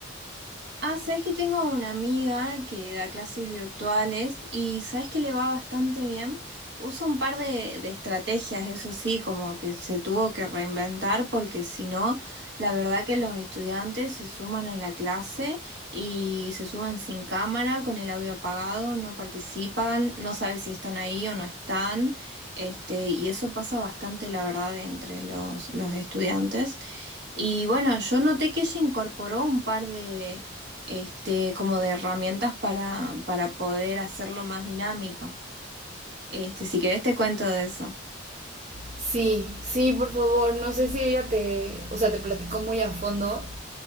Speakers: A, on the right; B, on the right.
A: Ah, sabes que tengo una amiga que da clases virtuales y sabes que le va bastante bien. Usa un par de, de estrategias, eso sí, como que se tuvo que reinventar porque si no, la verdad que los estudiantes se suman a la clase y se suman sin cámara, con el audio apagado, no participan, no sabe si están ahí o no están. Este, y eso pasa bastante, la verdad, entre los, los estudiantes. Y bueno, yo noté que se incorporó un par de, este, como de herramientas para, para poder hacerlo más dinámico. Este, si querés te cuento de eso.
B: Sí, sí, por favor, no sé si ella te, o sea, te platicó muy a fondo,